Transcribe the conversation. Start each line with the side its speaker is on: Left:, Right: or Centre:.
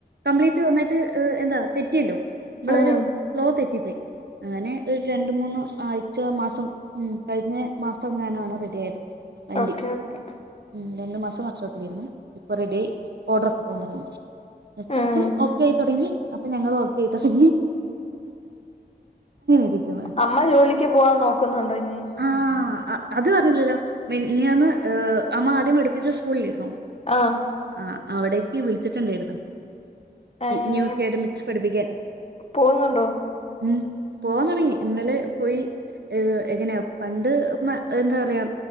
Right: കംപ്ലീ റ്റ് നന്നായിട്ട് ഹ് എന്താ തെറ്റിയല്ലോ നമ്മളൊരു
Left: ഉം
Right: ഫ്ലോ തെറ്റിപ്പോയി. അങ്ങനെ ഒരു രണ്ട്, മൂന്ന് ആഴ്ച മാസം ഉം കഴിഞ്ഞ മാസം ങ്ങനാണ് റെഡി ആയത്. വണ്ടി
Left: ഓക്കേ ഓക്കേ
Right: ഉം രണ്ട് മാസം വർക്ക് ഷോപ്പിലായിരുന്നു ഇപ്പ റെഡി ആയി ഓർഡർ പ്പൊ ന്താണ്. <unintelligible>
Left: ഉം
Right: ഓക്കെ ആയി തൊടങ്ങി അപ്പ ഞങ്ങളും ഓക്കെ ആയി തൊടങ്ങി. ഇരിക്കുന്നു
Left: അമ്മ ജോലിക്ക് പോവാൻ നോക്കുന്നുണ്ടോ ഇനി
Right: ആഹ് അത് പറഞ്ഞില്ലല്ലോ മനിഞ്ഞാന്ന് അമ്മ ആദ്യം പഠിപ്പിച്ച സ്കൂളിലെരുന്നോ
Left: ആഹ
Right: ആ അവിടേക്ക് വിളിച്ചിട്ടുണ്ടായിരുന്നു
Left: ഏഹ്
Right: ന്യൂ അക്കാഡമിക്സ് പഠിപ്പിക്കാൻ
Left: പോകുന്നുണ്ടോ
Right: ഉം പോവാൻ തോടങ്ങി ഇന്നലെ പോയി ഹെ എങ്ങനെയാ പണ്ട് മ എന്താ പറയാ